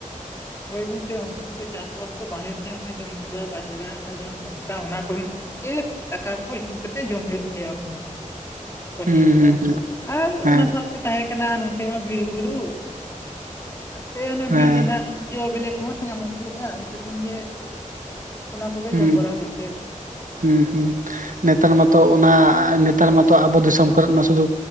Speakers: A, on the left (about 20°); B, on the right (about 75°).
A: ᱦᱳᱭ ᱜᱚᱝᱠᱮ ᱩᱱᱥᱚᱢᱚᱭ ᱫᱚ ᱪᱟᱥᱵᱟᱥ ᱫᱚ ᱵᱟᱝ ᱦᱩᱭᱩᱜ ᱛᱟᱦᱮᱸᱜ᱾ ᱚᱱᱮ ᱡᱚᱱᱰᱨᱟ ᱵᱟᱡᱨᱟ ᱡᱟᱦᱟᱸ ᱢᱮᱱᱠᱟ ᱚᱱᱟ ᱠᱚ ᱨᱮᱱᱟᱜ᱾ ᱮ ᱫᱟᱠᱟ ᱠᱚ ᱤᱥᱤᱱ ᱠᱟᱛᱮᱫ ᱡᱚᱢ ᱦᱩᱭᱩᱜ ᱛᱟᱦᱮᱸᱜᱼ ᱩᱱ ᱫᱚ᱾ ᱯᱟᱹᱦᱤᱞ
B: ᱦᱩᱸ ᱦᱩᱸ
A: ᱫᱚ, ᱟᱨ
B: ᱦᱮᱸ
A: ᱚᱱᱟ ᱥᱟᱶᱛᱮ ᱛᱟᱦᱮᱸ ᱠᱟᱱᱟ ᱱᱚᱛᱮ ᱢᱟ ᱵᱤᱨᱼᱵᱩᱨᱩ᱾ ᱥᱮ ᱤᱱᱟ
B: ᱦᱮᱸ
A: ᱵᱤᱨ ᱨᱮᱱᱟᱜ ᱡᱚ ᱵᱤᱞᱤ ᱠᱚᱦᱚᱸ ᱧᱟᱢᱚᱜ ᱛᱟᱦᱮᱸᱼᱟ, ᱚᱱᱛᱮ ᱠᱷᱚᱱ ᱜᱮ ᱚᱱᱟ ᱠᱚᱜᱮ
B: ᱦᱩᱸ
A: ᱡᱚᱢ ᱵᱟᱲᱟ ᱦᱳᱭᱳᱜ ᱛᱟᱦᱮᱜ ᱵᱤᱥᱤᱨ ᱵᱷᱟᱜᱽ᱾
B: ᱦᱩᱸ ᱦᱩᱸ, ᱱᱮᱛᱟᱨ ᱢᱟᱛᱚ ᱚᱱᱟ ᱱᱮᱛᱟᱨ ᱢᱟᱛᱚ ᱟᱵᱚ ᱫᱤᱥᱚᱢ ᱠᱚᱨᱮᱫ ᱢᱟ ᱚᱱᱟ ᱥᱩᱫᱩ